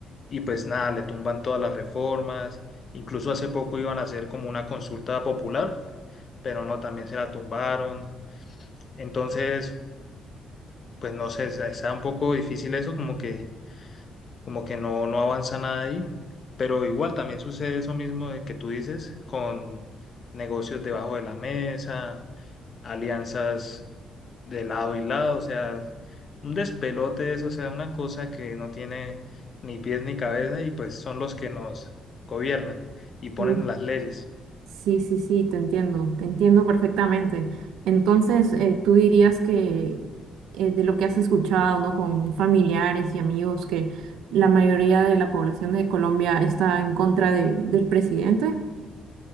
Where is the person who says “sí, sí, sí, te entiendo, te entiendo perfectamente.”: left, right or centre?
Right